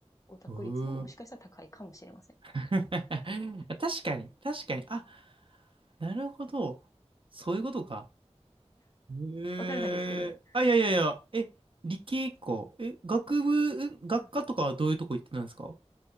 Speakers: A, on the left; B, on the right.
A: オタク率ももしかしたら高いかもしれません。
B: へえ。<laughs> 確かに、確かに。あ、なるほど。そういうことか。
A: うん。
B: へえ。
A: わからないですけどね。
B: あ、いやいやいや。え、理系か。え、学部、ん学科とかはどういうとこ行ってたんですか
A: はい。